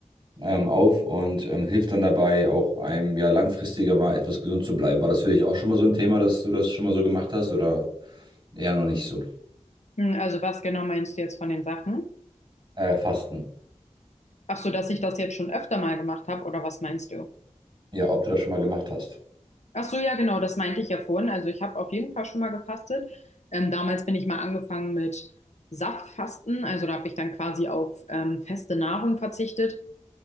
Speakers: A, on the right (about 45°); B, on the left (about 70°).
A: ähm, auf und ähm, hilft dann dabei auch einem ja langfristiger mal etwas gesund zu bleiben. War das für dich auch schon mal so ein Thema, dass du das schon mal so gemacht hast oder eher noch nicht so?
B: Hm, Also was genau meinst du jetzt von den Sachen?
A: Äh, Fasten.
B: Ach so, dass ich das jetzt schon öfter mal gemacht habe, oder was meinst du?
A: Ja, ob du das schon mal gemacht hast.
B: Ach so, ja, genau, das meinte ich ja vorhin. Also ich habe auf jeden Fall schon mal gefastet. Ähm, damals bin ich mal angefangen mit Saftfasten, also da habe ich dann quasi auf ähm, feste Nahrung verzichtet